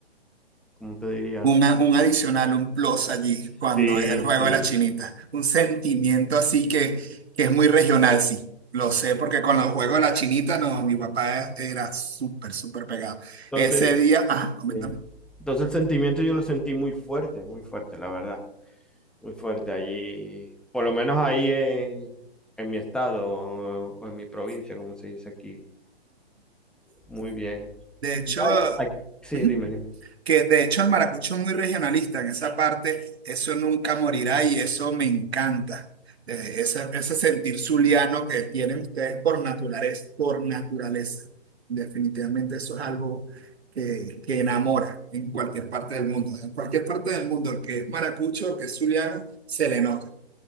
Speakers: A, in the centre; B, on the right.
A: ¿cómo te diría?
B: Una- un adicional, un plus allí cuando
A: Sí,
B: es el juego
A: sí.
B: de la chinita. Un sentimiento así que, que es muy regional, sí. Lo sé porque con los juegos de la chinita, no, mi papá era súper, súper pegado.
A: Entonces,
B: Ese día, ajá, coméntame.
A: eh, entonces el sentimiento yo lo sentí muy fuerte, muy fuerte, la verdad. Muy fuerte allí, por lo menos ahí en, en mi estado o o en mi provincia, como se dice aquí. Muy bien.
B: De hecho,
A: Ya hay- hay- sí,
B: ujú.
A: dime, dime.
B: que de hecho el maracucho es muy regionalista, en esa parte eso nunca morirá y eso me encanta. Eh, ese, ese sentir zuliano que tienen ustedes por naturaleza, por naturaleza. Definitivamente eso es algo que, que enamora en cualquier parte del mundo. En cualquier parte del mundo, el que es maracucho, el que es zuliano, se le nota.